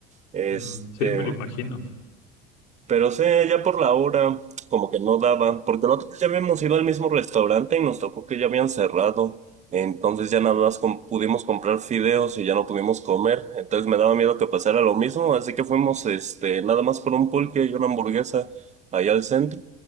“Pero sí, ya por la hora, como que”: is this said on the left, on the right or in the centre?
Right